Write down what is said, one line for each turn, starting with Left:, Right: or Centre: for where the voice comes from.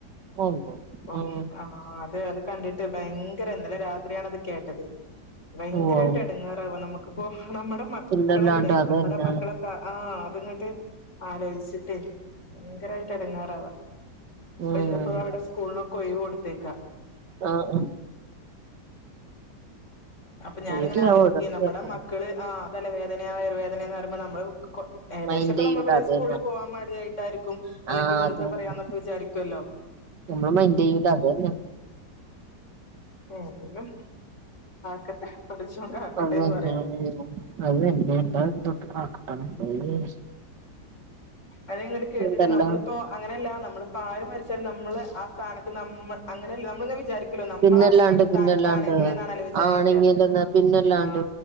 Right: ആഹ് ഉണ്ടോ
Left: അപ്പോ
Right: ആഹ്
Left: ആ അതെ അത് കണ്ടിട്ട് ഭയങ്കര ഇന്നലെ രാത്രിയാണ്‌ അത് കേട്ടത് ഭയങ്കരായിട്ട്
Right: ഉവ്വ് ഉവ്വ്
Left: എടങ്ങാറാവ നമുക്ക്പ്പോ നമ്മടെ മക്കളല്ലേ
Right: പിന്നല്ലാണ്ട് അതന്നെ
Left: നമ്മടെ മക്കളെ പ്ര ആ അത്ങ്ങ്ട്ട് ആലോയിച്ചിട്ടേ ഭയങ്കരായിട്ട് ഇടങ്ങാറാവ ഇപ്പന്നിപ്പോ
Right: ഉം
Left: അവിടെ സ്കൂളിനൊക്കേ ഒയിവ് കൊടുത്തേക്ക
Right: ആഹ് ആഹ്
Left: അപ്പൊ ഞാനിങ്ങനെ
Right: പേടിയാവും
Left: ആലോചിക്ക
Right: ഓരോന്ന്
Left: നമ്മുടെ
Right: കേക്കുമ്പോ
Left: മക്കള് ആ തലവേ ദനാ വയർവേദനേന്ന് പറയ്മ്പോ കൊ ഏകതേശോക്കെ
Right: മൈൻഡ് ചെയ്യൂല
Left: നമ്മളറയും
Right: അത്
Left: സ്കൂള്ല്
Right: തന്നെ
Left: പോകാൻ മടിയായി ട്ടായിരിക്കും അല്ലെങ്കി
Right: ആഹ്
Left: വെറുതെ
Right: അത് തന്നെ
Left: പറയാന്നൊക്കെ വിചാരിക്കൊല്ലോ
Right: നമ്മള് മൈന്റ്യ്യൂല്ലാ അതന്നെ
Left: ഏന്തേലും കാക്കട്ടെ പടച്ചോൻ
Right: അത് തന്നെ
Left: പറയാ
Right: അത് തന്നെ <unintelligible>
Left: അത്ങ്ങോട്ട് കേട്ടിട്ട്
Right: ഉണ്ടല്ലോ
Left: നമ്മളിപ്പോ അങ്ങനെയല്ല നമ്മളിപ്പോ ആ ര് മരിച്ചാലും നമ്മള് ആ സ്ഥാനത്ത് നമ്മ അങ്ങനെല്ല നമ്മള്ങ്ങനെ വിചാരി ക്കൊല്ലോ നമ്മളാ
Right: പിന്നല്ലാണ്ട്
Left: ഉമ്മയുടെ സ്ഥാനത്താണെങ്കില്ന്നാണല്ലോ
Right: പിന്നല്ലാണ്ട്
Left: വിചാരിക്ക
Right: ആണെങ്കിലെന്നാ പിന്നല്ലാണ്ട്
Left: ആ